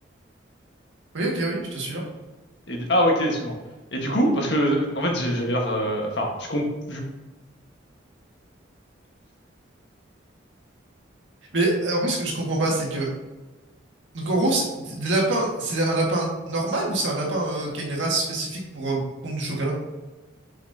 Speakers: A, on the right; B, on the left.
A: Oui, ok, oui, je te suis là.
B: Et, d- ah, ouais, ok, excuse-moi. Et du coup, parce que, euh, en fait, j'ai- j'avais l'air, euh, enfin, je comp- je-
A: Mais euh, en fait, ce que je comprends pas, c'est que... Donc en gros, c'est- des lapins, c'est un lapin normal ou c'est un lapin euh, qui a une race spécifique pour euh, pondre du chocolat?